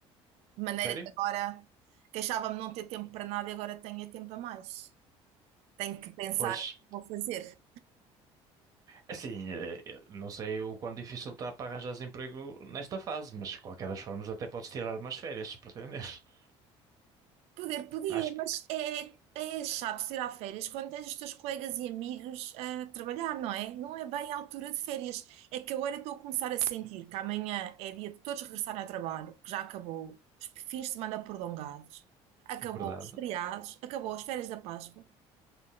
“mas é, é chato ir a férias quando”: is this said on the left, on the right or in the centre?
Right